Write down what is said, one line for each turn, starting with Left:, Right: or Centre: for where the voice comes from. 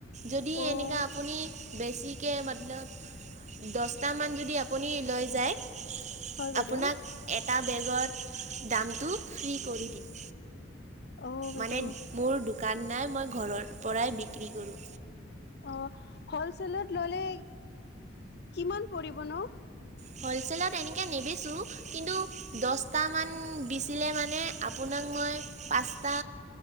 Right: যদি
Left: অ',
Right: এনেকা আপুনি বেছিকে মতলব দছটামান যদি আপুনি লৈ যায়
Left: হয় বাইদেউ
Right: আপোনাক এটা বেগত দামটো ফ্ৰী কৰি দিম।
Left: অ', বাইদেউ
Right: মানে মোৰ দোকান নাই মই ঘৰৰ পৰাই বিক্ৰী কৰোঁ।
Left: অ হলচেলত ললে কিমান পৰিব নো?
Right: হ'লচেলত এনেকৈ নিবিচোঁ কিন্তু দহটামান বিচিলে মানে আপোনাক মই পাঁচটা,